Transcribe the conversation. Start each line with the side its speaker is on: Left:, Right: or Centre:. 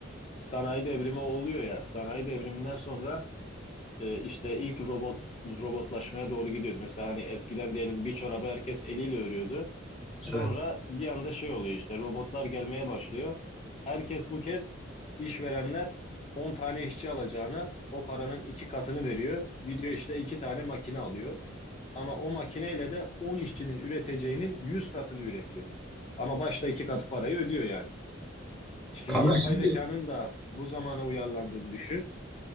Left: sanayi devrimi oluyor ya, sanayi devriminden sonra e, işte ilk robot robotlaşmaya doğru gidiyoruz. Mesela hani eskiden diyelim bir çorabı herkes eliyle örüyordu. Sonra
Centre: evet.
Left: bir anda şey oluyor işte robotlar gelmeye başlıyor. Herkes bu kez işverenler 10 tane işçi alacağına o paranın iki katını veriyor. Gidiyor işte iki tane makine alıyor. Ama o makineyle de 10 işçinin üreteceğinin 100 katını üretiyor. Ama başta iki katı parayı ödüyor yani. Şimdi
Centre: Kanka
Left: yapay
Centre: şimdi
Left: zekanın da bu zamana uyarlandığını düşün.